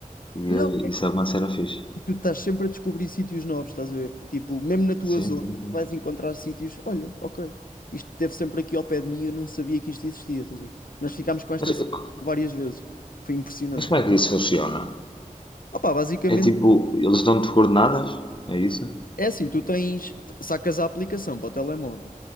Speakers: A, on the left; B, on the left.
A: E
B: Não,
A: eh, isso é uma cena fixe.
B: tu estás sempre a descobrir sítios novos, estás a ver? Tipo, mesmo na tua
A: Sim,
B: zona,
A: sim, sim.
B: tu vais encontrar sítios. Olha, ok, isto esteve sempre aqui ao pé de mim, e eu não sabia que isto existia. estás a ver? Nós ficámos com esta
A: Mas, eh,
B: sensação
A: co-
B: várias vezes. Foi impressionante.
A: mas como é que isso funciona?
B: Opa, basicamente
A: É tipo, eles dão-te coordenadas? É isso?
B: é assim: tu tens, t- sacas a aplicação para o telemóvel